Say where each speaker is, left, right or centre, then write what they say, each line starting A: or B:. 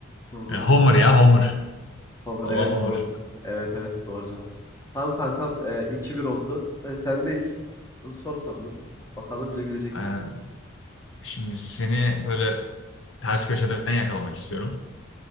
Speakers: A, on the left; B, on the left.
A: Hmm,
B: E, Homer
A: anladım.
B: ya Homer.
A: Hamur
B: Baba
A: evet
B: Homer.
A: doğru. Evet evet doğru cevap. Tamam kankam e, 2-1 oldu. E, sendeyiz. E, Sor sorunu. Bakalım bilebilecek
B: Aynen.
A: miyim?
B: Şimdi seni böyle ters köşeden yakalamak istiyorum.